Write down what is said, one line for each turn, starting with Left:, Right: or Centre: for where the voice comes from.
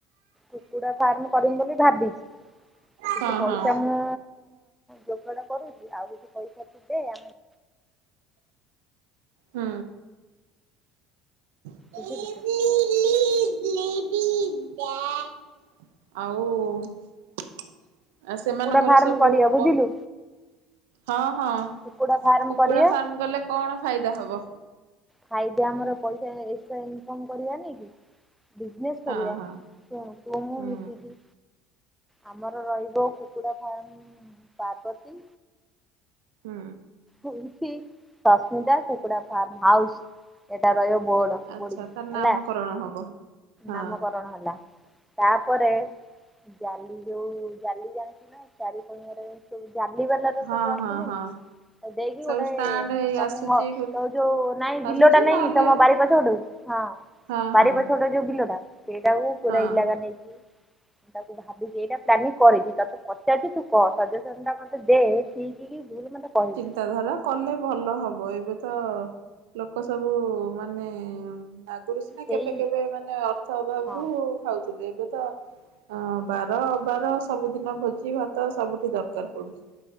Centre: କୁକୁଡ଼ା ଫାର୍ମ କରିମି ବୋଲି ଭାବିଛି କିଛି
Right: ହଁ
Centre: ପଇସା
Right: ହଁ
Centre: ମୁଁ ଯୋଗାଡ଼ କରୁଛି ଆଉ କିଛି ପଇସା ତୁ ଦେ ଆମେ
Right: ହୁଁ। ହୁଁ।
Centre: ବୁଝିଲୁ?
Right: ହୁ <inaudible> ଆଉ। ଆ ସେମାନଙ୍କର
Centre: କୁକୁଡା ଫାର୍ମ
Right: ସବୁ
Centre: କରିବା ବୁଝିଲୁ
Right: ପ ହଁ ହଁ
Centre: କୁକୁଡା ଫାର୍ମ
Right: କୁକୁଡା
Centre: କରିବା।
Right: ଫାର୍ମ କଲେ କଣ ଫାଇଦା ହବ?
Centre: ଫାଇଦା ଆମର ପଇସା ଏକଷ୍ଟ୍ରା ଇନକମ କରିବାନେଇ କି? ବିଜିନେସ୍ କରିବା
Right: ହଁ ହଁ
Centre: ଶୁଣୁ ତୁ ମୁଁ
Right: ହୁଁ
Centre: ମିସିକି। ଆମର ରହିବ କୁକୁଡ଼ା ଫାର୍ମ ପାର୍ବତୀ
Right: ହୁଁ।
Centre: ସସ୍ମିତା କୁକୁଡା ଫାର୍ମ ହାଉସ ଏଇଟା ରହିବ ବୋର୍ଡ।
Right: ଆଚ୍ଛା
Centre: ବୋଡିଙ୍ଗ
Right: ତା ନାମକରଣ
Centre: ହେଲା
Right: ହବ ହଁ
Centre: ନାମକରଣ ହେଲା। ତାପରେ ଜାଲି ଯଉ ଜାଲି ଜାଣିଚୁ ନା ଚାରିକଣିଆରେ ସବୁ ଜାଲିିବାଲା ର
Right: ହଁ
Centre: ସବୁ ଆସୁନି
Right: ହଁ ହଁ।
Centre: ନା ଦେଇକି
Right: ସବୁ
Centre: ଗୋଟେ
Right: ଷ୍ଟାଣ୍ଡ ହେଇ
Centre: ତମୁ
Right: ଆସୁଛି
Centre: ହ ଯୋଉ ନାଇଁ
Right: ଆସୁଛି
Centre: ବିଲଟା ନାଇଁ
Right: ନହେଲେ
Centre: ତମ ବା ବାରି ପଛପତଟକୁ ହଁ
Right: ହଁ
Centre: ବାରି
Right: ହଁ
Centre: ପଛପଟେ ଯୋଉ ବିଲଟା ସେଇଟା କୁ ପୁରା
Right: ହଁ
Centre: ଇଲାକା ନେଇଚି ତାକୁ ଭାବିକି ଏଇଟା ପ୍ଲାନିଂ କରିଛି, ତତେ ପଚାରୁଛି ତୁ କହ ସଜେସନ ଟା ଖାଲି ଦେ ଠିକ୍ କି ଭୁଲ ମତେ କହିବୁ।
Right: ତାଘର କଲେ ଭଲ ହବ ଏବେ ତ ଲୋକ ସବୁ ମାନେ ଆଗରୁ ସିନା
Centre: ସେଇ
Right: କେବେ କେବେ ମାନେ ଅର୍ଥ ଅଭାବରୁ
Centre: ହଁ
Right: ଖାଉଥିଲେ ଏବେ ତ ହଁ ବାର ଅବାର ସବୁଦିନ ଭୋଜି ଭାତ ସବୁଠି ଦରକାର ପଡୁଛି।